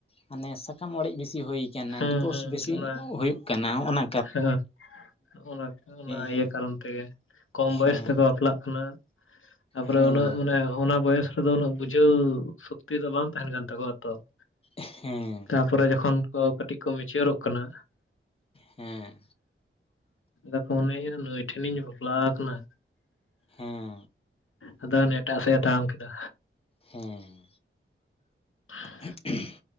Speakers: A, on the left (about 25°); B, on the left (about 75°).
A: ᱦᱟᱱᱮ ᱥᱟᱠᱟᱢ ᱚᱲᱮᱡ ᱵᱮᱥᱤ ᱦᱩᱭ ᱠᱟᱱᱟ
B: ᱦᱩᱸ
A: ᱰᱤᱵᱳᱨᱥ
B: ᱦᱩᱸ
A: ᱵᱮᱥᱤ
B: ᱚᱱᱟ
A: ᱦᱩᱭᱩᱜ ᱠᱟᱱᱟ ᱾ ᱱᱚᱜ-ᱱᱟ
B: ᱦᱮᱸ, ᱚᱱᱟ ᱚᱱᱟ
A: ᱦᱮᱸ
B: ᱤᱭᱟᱹ ᱠᱟᱨᱚᱱ ᱛᱮᱜᱮ ᱠᱚᱢ
A: ᱦᱮᱸ
B: ᱵᱚᱭᱚᱥ ᱛᱮᱠᱚ ᱵᱟᱯᱞᱟᱜ ᱠᱟᱱᱟ ᱾ ᱛᱟᱯᱚᱨᱮ
A: ᱦᱮᱸ
B: ᱩᱱᱟᱹᱜ ᱢᱟᱱᱮ ᱚᱱᱟ ᱵᱚᱭᱮᱥ ᱨᱮᱫᱚ ᱩᱱᱟᱹᱜ ᱵᱩᱡᱷᱟᱹᱣ ᱥᱚᱠᱛᱤ ᱫᱚ ᱵᱟᱝ ᱛᱟᱦᱮᱱ ᱠᱟᱱ ᱛᱟᱠᱚᱣᱟ ᱛᱚ ᱾
A: ᱮᱜᱼᱦᱮᱸ
B: ᱯᱚᱨᱮ ᱡᱚᱠᱷᱚᱱ ᱠᱚ ᱠᱟᱹᱴᱤᱡ ᱠᱚ ᱢᱤᱪᱭᱚᱨᱚᱜ ᱠᱟᱱᱟᱼᱼ
A: ᱦᱮᱸ
B: <inaudible> ᱱᱩᱭ ᱱᱩᱭ ᱴᱷᱮᱱᱤᱧ ᱵᱟᱯᱞᱟ ᱟᱠᱟᱱᱟ᱾
A: ᱦᱩᱸ
B: ᱟᱫᱚ ᱚᱱᱮ ᱮᱴᱟᱜ ᱥᱮᱫ ᱮ ᱛᱟᱲᱟᱢ ᱠᱮᱫᱟ᱾
A: ᱦᱮᱸ
B: <unintelligible>
A: <unintelligible>